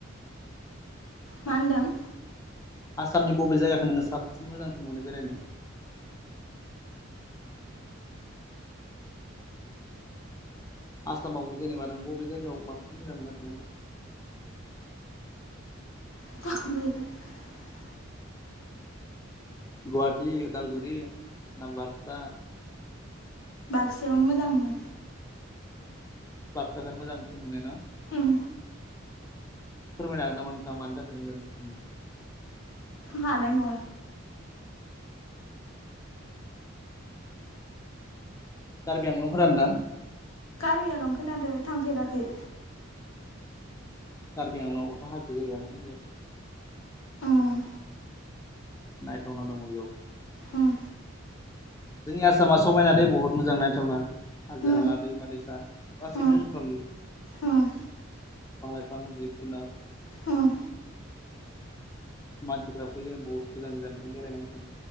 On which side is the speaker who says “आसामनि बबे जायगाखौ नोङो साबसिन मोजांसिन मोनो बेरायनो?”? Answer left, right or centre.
Left